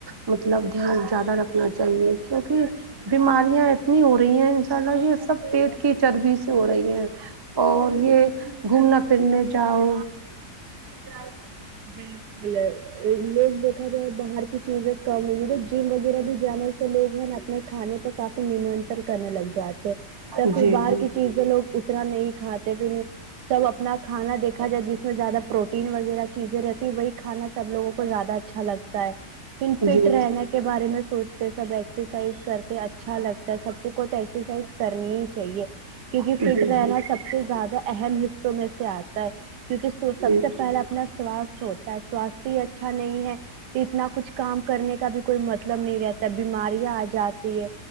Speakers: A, on the right; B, on the right.
A: مطلب دھیان زیادہ رکھنا چاہیے کیونکہ بیماریاں اتنی ہو رہی ہیں ان شاء اللہ یہ سب پیٹ کی چربی سے ہو رہی ہیں اور یہ گھومنا پھرنے جاؤ جائے
B: بالکل لے لوگ دیکھا جائے باہر کی چیزیں ک تو جم وغیرہ بھی جانے سے لوگ ہیں نا اپنے کھانے پر کافی نمنترن کرنے لگ جاتے یا
A: جی
B: پھر باہر
A: جی
B: کی چیز لوگ اتنا نہیں کھاتے بھی سب اپنا کھانا دیکھا جائے جس میں زیادہ پروٹین وغیرہ چیزیں رہتی وہی کھانا سب لوگوں کو زیادہ اچھا لگتا ہے پھر فٹ
A: جی
B: رہنے کے بارے میں سوچتے سب ایکسرسائز کرتے اچھا لگتا ہے سب کو تو ایکسرسائز کرنی ہی چاہیے کیونکہ
A: جی
B: فٹ
A: جی
B: رہنا سب س سے زیادہ اہم حصوں میں سے آتا ہے کیونکہ سب سے
A: جی
B: پہلا نہ سواستھ ہوتا ہے سواستھ ہی اچھا نہیں ہے اتنا کچھ کام کرنے کا بھی کوئی مطلب نہیں رہتا ہے بیماریاں آ جاتی ہے